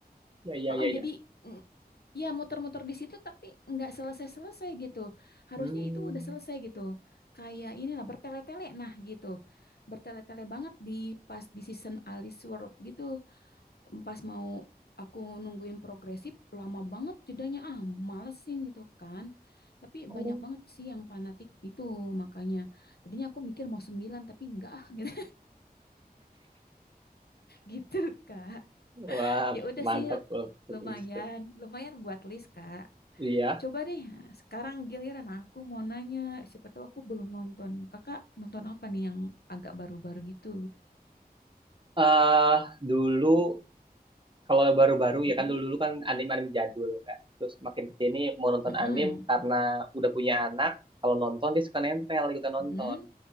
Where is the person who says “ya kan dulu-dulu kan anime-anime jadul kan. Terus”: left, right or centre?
Right